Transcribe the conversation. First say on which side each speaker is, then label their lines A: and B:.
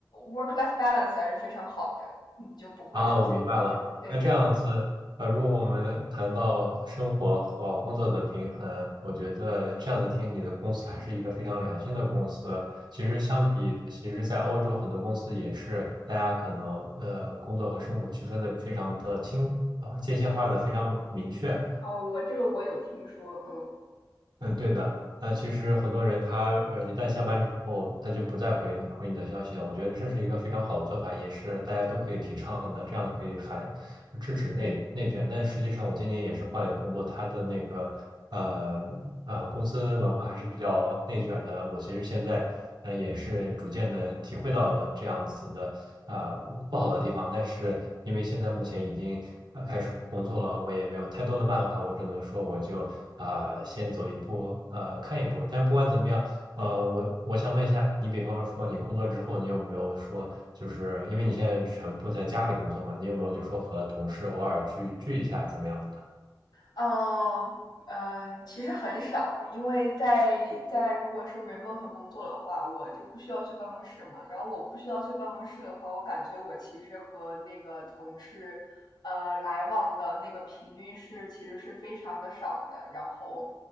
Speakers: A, on the left; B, on the right.
A: work life balance 还是非常好的，你就不会出现
B: 啊，我明白了。
A: 对对对。
B: 那这样子，呃，如果我们谈到生活和工作的平衡，我觉得这样子听你的公司还是一个非常良心的公司。其实相比，其实在欧洲很多公司也是，大家可能呃工作和生活区分的非常的清，呃界限化的非常明确。
A: 哦，我这个我有听说，嗯。
B: 嗯，对的。那其实很多人他呃一旦下班之后，他就不再回回你的消息了。我觉得这是一个非常好的做法，也是大家都可以提倡的，这样可以反制止内内卷，但实际上我今年也是换了工作，他的那个呃呃公司文化还是比较内卷的。我其实现在呃也是逐渐的体会到了这样子的呃不好的地方，但是因为现在目前已经呃开始工作了，我也没有太多的办法，我只能说我就啊、先走一步呃看一步。但是不管怎么样。呃，我我想问一下，你比方说你工作之后，你有没有说，就是因为你现在全部在家里工作嘛，你有没有就说和同事偶尔聚聚一下怎么样子的？
A: 嗯嗯，其实很少，因为在在如果是 remote 工作的话，我就不需要去办公室嘛。然后我不需要去办公室的话，我感觉我其实和那个同事呃来往的那个频率是其实是非常的少的。然后。